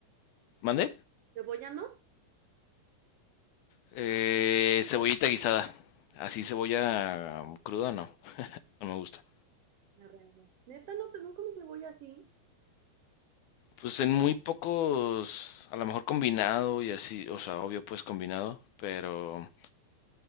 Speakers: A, on the left; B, on the right.
A: ¿Mande?
B: ¿Cebolla no?
A: Eh, cebollita guisada. Así cebolla cruda, no. No me gusta.
B: La realidad. Neta, no te no comes cebolla así.
A: Pues en muy pocos, a lo mejor combinado y así, o sea, obvio pues combinado, pero,